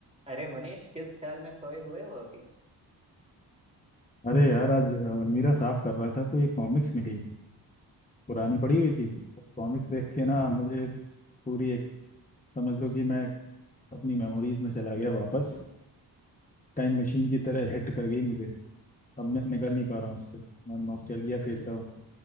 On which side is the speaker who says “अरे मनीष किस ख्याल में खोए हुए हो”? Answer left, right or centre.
Right